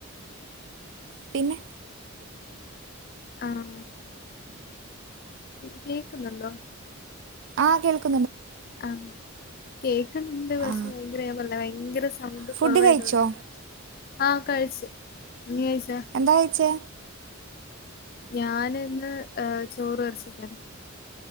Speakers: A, on the right; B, on the left.
A: പിന്നെ
B: ആഹ് കേക്കുന്നുണ്ടോ
A: ആഹ് കേൾക്ക
B: ആ കേ ഉണ്ട് പക്ഷെ
A: ആ
B: ഭയങ്കര ഞാൻ പറഞ്ഞില്ലെ ഭയങ്കര സ സൗണ്ട്
A: ഫുഡ്
B: കുറവായതുണ്ടേ
A: കഴിച്ചോ
B: ആഹ് കഴിച്ച് നീ കഴിച്ചോ
A: എന്താ കയിച്ചേ
B: ഞാനിന്ന് ചോറും ഇറച്ചിക്കറീം